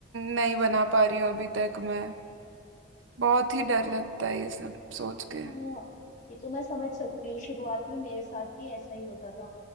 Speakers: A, on the right; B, on the left.
A: नहीं बना पा रही हूँ अभी तक मैं बहुत ही डर
B: देखो
A: लगता है ये सब सोच के
B: हाँ ये तो मैं समझ सकती हूँ शुरुआत में मेरे साथ भी ऐसा ही होता था